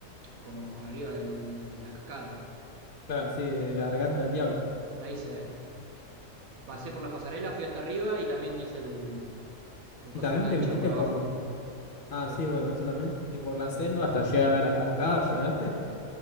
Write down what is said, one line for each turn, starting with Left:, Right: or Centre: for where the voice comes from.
Right: como arriba de la cascada, digamos.
Left: claro, sí, de la
Right: Sí.
Left: garganta del diablo.
Right: La hice, pasé por las pasarelas, fui hasta arriba y también hice el... el coso
Left: Y también
Right: en lancha
Left: te metiste
Right: por abajo.
Left: por, ah,
Right: Sí,
Left: sí, bueno, eso también. Y por
Right: sí.
Left: la selva hasta llegar a la cascada, ¿llegaste?